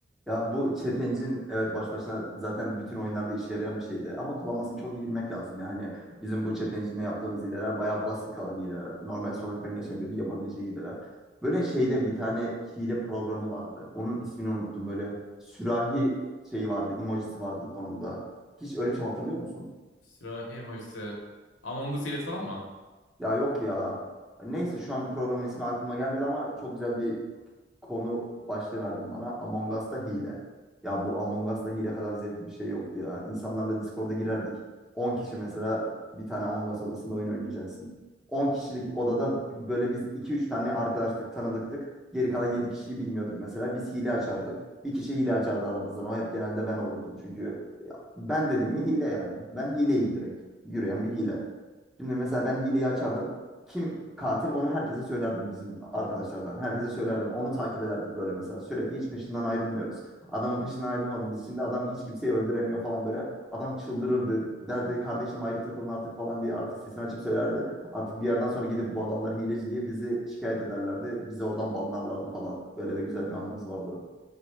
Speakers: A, in the centre; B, on the left (about 85°).
A: Ya bu çetencin evet baş başına zaten bütün oyunlarda işe yarayan bir şeydi. Ama kullanmasını çok iyi bilmek lazım. Yani bizim bu çetencinle yaptığımız hileler bayağı basit kalan hileler. Normal sokaktan geçen biri yapabileceği hileler. Böyle şeyde bir tane hile programı vardı. Onun ismini unuttum. Böyle sürahi şeyi vardı, emojisi vardı ikonunda. Hiç öyle bir şey hatırlıyor musun?
B: Sürahi emojisi. Among Us hilesi falan mı?
A: Ya yok ya. Neyse şu an programın ismi aklıma gelmedi ama çok güzel bir konu başlığı verdin bana. Among Us'ta hile. Ya bu Among Us'ta hile kadar zevkli bir şey yoktu ya. İnsanlarla Discord'a girerdik. 10 kişi mesela bir tane Among Us odasında oyun oynayacaksın. 10 kişilik odada böyle biz iki üç tane arkadaştık, tanıdıktık. Geri kalan 7 kişiyi bilmiyorduk mesela. Biz hile açardık. Bir kişi hile açardı aramızdan. O hep genelde ben olurdum çünkü. Ben dedim mi hile yani. Ben hileyim direkt. Yürüyen bir hile. Şimdi mesela ben hileyi açardım. Kim katil onu herkese söylerdim bizim arkadaşlardan. Herkese söylerdim. Onu takip ederdik böyle mesela. Sürekli hiç peşinden ayrılmıyoruz. Adamın peşinden ayrılmadığımız için de adam hiç kimseyi öldüremiyor falan böyle. Adam çıldırırdı. Derdi kardeşim ayrı takılın artık falan diye artık sesini açıp söylerdi. Artık bir yerden sonra gidip bu adamlar hileci diye bizi şikayet ederlerdi. Bizi oradan banlarlardı falan. Böyle de güzel bir anımız vardı.